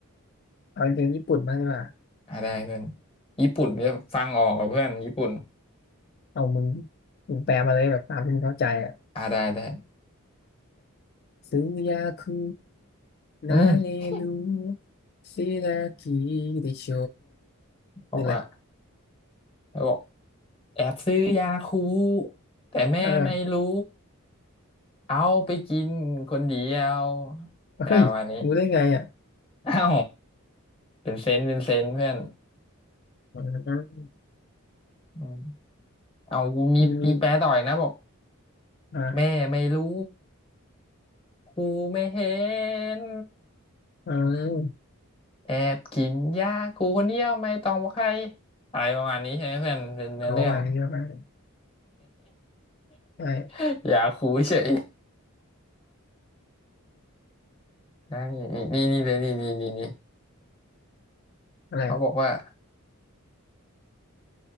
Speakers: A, on the left; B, on the left.
A: เอาเป็นเพลงญี่ปุ่นบ้างดีกว่า
B: อ่าได้เพื่อนญี่ปุ่นเนี่ยฟังออกกับเพื่อนญี่ปุ่น
A: เอามึงมึงแปลมาเลยแบบตามที่มึงเข้าใจอ่ะ
B: อ่าได้ได้
A: ซื้อยาคูนาเลลู
B: อืม
A: ซิรากิดิโชคืออะไร
B: บอกว่าแล้วบอก แอบซื้อยาคูแต่แม่ไม่รู้
A: อ่า
B: เอาไปกินคนเดียว
A: เฮ้ยรู้ได้ไงอ่ะ
B: แปลประมาณนี้เอ้าเป็นเซนส์เป็นเซนส์เพื่อน
A: อ๋อ
B: อืมเอากูมีมีแปลต่อยนะบอก
A: มีมี อ่า
B: แม่ไม่รู้ครูไม่เห็น
A: อืม
B: แอบกินยาครูคนเดียวไม่ต้องบอกใครอะไรประมาณนี้ใช่ไหมเพื่อนเป็นเนื้อเรื่อง
A: เอาวางเยอะมากใช่
B: <laughs> ยาครูเฉย <laughs> นะนี่นี่นี่นี่เลยนี่นี่นี่นี่
A: อะไรอะ
B: เขาบอกว่า